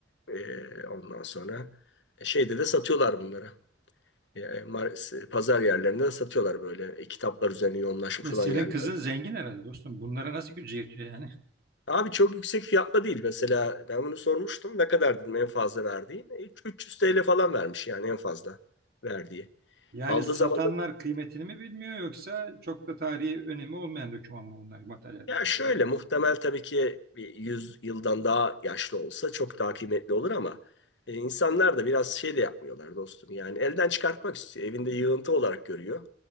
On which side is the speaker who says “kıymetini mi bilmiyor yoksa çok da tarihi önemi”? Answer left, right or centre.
Right